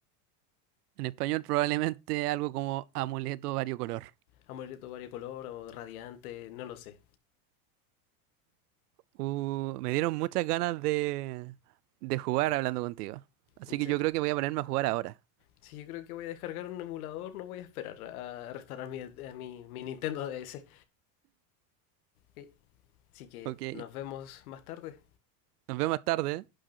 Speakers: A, on the right; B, on the left.
A: En español probablemente algo como amuleto variocolor.
B: amarillo variocolor o radiante, no lo sé,
A: Uh, me dieron muchas ganas de, de jugar hablando contigo. Así
B: en
A: que
B: serio.
A: yo creo que voy a ponerme a jugar ahora.
B: Si yo creo que voy a descargar un emulador, no voy a esperar a restaurar mi, a mi, mi Nintendo DS. Ok, Así que
A: Ok.
B: nos vemos más tarde.
A: Nos vemos más tarde.